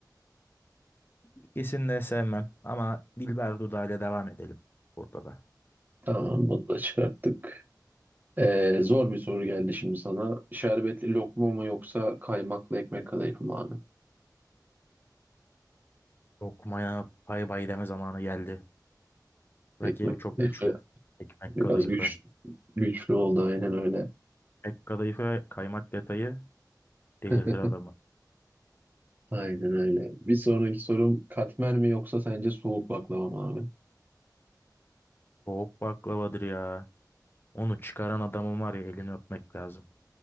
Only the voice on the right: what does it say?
Tamam bunu da çıkarttık. Ee, zor bir soru geldi şimdi sana. Şerbetli lokma mı yoksa kaymaklı ekmek kadayıf mı abi?
Ekmek
kadayıfı
biraz
güçlü, güçlü oldu aynen öyle.
<laughs>
Aynen öyle. Bir sonraki sorum katmer mi yoksa sence soğuk baklava mı abi?